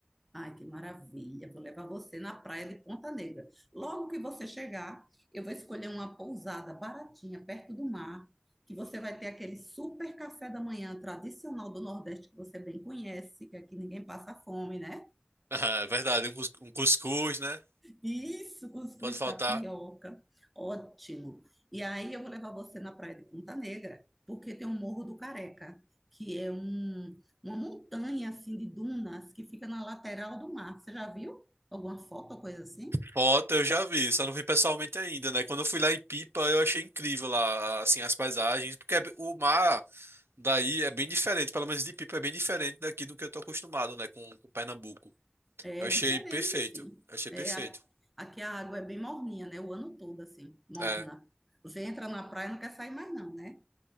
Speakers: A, in the centre; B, on the right.
A: Ai, que maravilha! Vou levar você na praia de Ponta Negra. Logo que você chegar, eu vou escolher uma pousada baratinha perto do mar, que você vai ter aquele super café da manhã tradicional do Nordeste que você bem conhece, que aqui ninguém passa fome, né?
B: Ah, É verdade, um, cus- um cuscuz, né?
A: Isso, cuscuz
B: Não pode faltar.
A: tapioca. Ótimo. E aí eu vou levar você na praia de Ponta Negra, porque tem o Morro do Careca. Que é um, uma montanha assim de dunas que fica na lateral do mar. Você já viu alguma foto ou coisa assim?
B: Foto eu já vi, só não vi pessoalmente ainda, né? Quando eu fui lá em Pipa, eu achei incrível lá, assim, as paisagens, porque é- b- o mar daí é bem diferente, pelo menos de Pipa é bem diferente daqui do que eu tô acostumado, né, com, com Pernambuco.
A: É
B: Eu achei
A: diferente,
B: perfeito,
A: assim.
B: eu achei
A: É,
B: perfeito.
A: a- aqui a água é bem morninha, né? O ano todo, assim, morna.
B: É,
A: Você entra na praia e não quer sair mais, não, né?